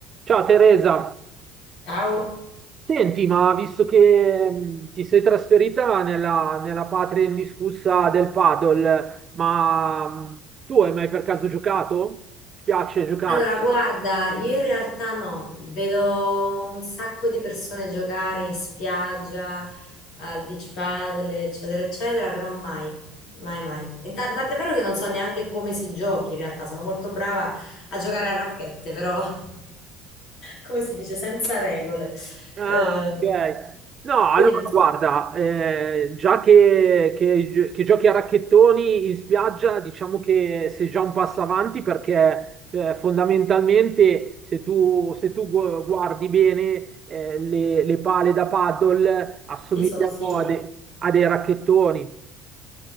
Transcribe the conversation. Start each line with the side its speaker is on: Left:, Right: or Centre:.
Right: Ciao Teresa,
Left: Ciao.
Right: senti, ma visto che mh, ti sei trasferita nella, nella patria indiscussa del paddle, ma mh, tu hai mai per caso giocato? Ti piace giocare?
Left: Allora, guarda, io in realtà no, vedo un sacco di persone giocare in spiaggia, al beach paddle, eccetera, eccetera, però mai, mai, mai. Inta- Tant'è vero che non so neanche come si giochi in realtà, sono molto brava a giocare a racchette, però <laughs> come si dice, senza regole.
Right: Ah,
Left: Eh,
Right: ok. No,
Left: quindi
Right: allora
Left: non so-
Right: guarda, eh, già che, che- che giochi a racchettoni in spiaggia, diciamo che sei già un passo avanti perché eh, fondamentalmente se tu, se tu gu- guardi bene eh, le, le pale da paddle assomigliano
Left: sì, sono simili.
Right: a, de- a dei racchettoni.